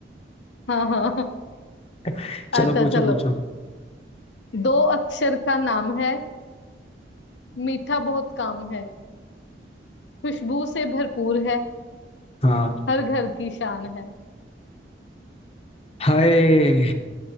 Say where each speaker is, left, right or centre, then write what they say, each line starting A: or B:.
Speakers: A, on the left (about 80°); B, on the left (about 30°).
A: हाँ हाँ हाँ।
B: <laughs> चलो
A: अच्छा
B: पूछो
A: चलो
B: पूछो
A: दो अक्षर का नाम है मीठा बहुत काम है खुशबू से भरपूर है
B: हाँ
A: हर घर की शान है
B: हाय